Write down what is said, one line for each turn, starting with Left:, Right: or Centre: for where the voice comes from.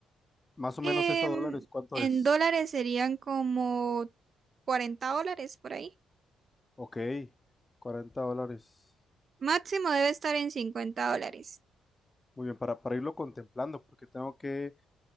Left: Más o
Right: Em,
Left: menos eso a dólares, ¿cuánto
Right: en
Left: es?
Right: dólares serían como 40 dólares por ahí.
Left: Ok, cuarenta dólares.
Right: Máximo debe estar en 50 dólares.
Left: Muy bien, para, para irlo contemplando, porque tengo que